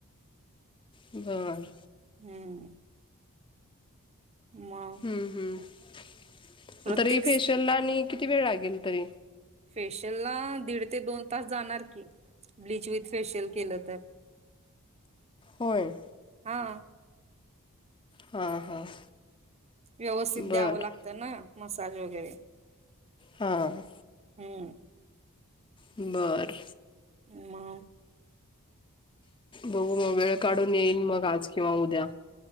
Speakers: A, on the left; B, on the right.
A: बरं.
B: हम्म मग
A: हम् हम्
B: प्रत्येक
A: तरी फेशियल ला आणि किती वेळ लागेल तरी?
B: फेशियल ला दीड ते दोन तास जाणार की, ब्लीच विथ फेशियल केलं तर.
A: होय.
B: हा.
A: हां हां.
B: व्यवस्थित
A: बर
B: द्यावं लागतं ना मसाज वगैरे.
A: हां
B: हम्म
A: बरं.
B: मंग?
A: बघू मगं वेळ काढून येईल मगं आज किंवा उद्या.